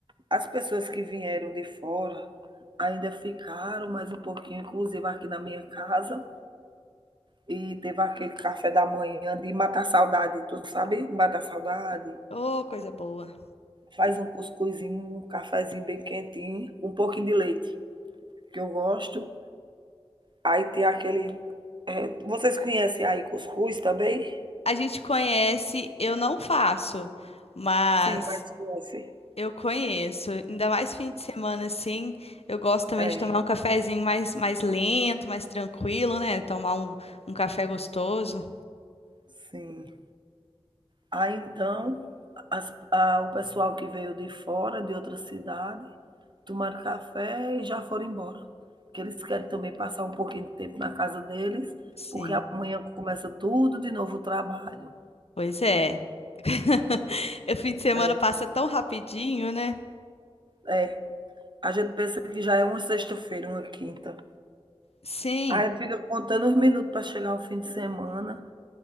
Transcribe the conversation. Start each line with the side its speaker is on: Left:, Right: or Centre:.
Right: as pessoas que vieram de fora ainda ficaram mais um pouquinho, inclusive aqui na minha casa, E teve aquele café da manhã de matar saudade, tu sabe? Matar saudade.
Left: Ô, coisa boa.
Right: Faz um cuscuzinho, um cafezinho bem quentinho, um pouquinho de leite, que eu gosto. Aí tem aquele. é, vocês conhecem aí cuscuz também?
Left: A gente conhece, eu não faço, mas
Right: Sim, mas conhecem.
Left: eu conheço. Ainda mais fim de semana assim, eu gosto também
Right: É,
Left: de tomar um cafezinho mais, mais lento, mais tranquilo, né? Tomar um, um café gostoso.
Right: sim. Aí então, as- a- o pessoal que veio de fora, de outra cidade, tomaram café e já foram embora. Porque eles querem também passar um pouquinho de tempo na casa deles,
Left: Sim,
Right: porque amanhã começa tudo de novo o trabalho.
Left: pois é. <laughs> O fim de semana
Right: É,
Left: passa tão rapidinho, né?
Right: é. A gente pensa que já é uma sexta-feira, uma quinta.
Left: Sim.
Right: Aí a gente fica contando os minutos para chegar ao fim de semana.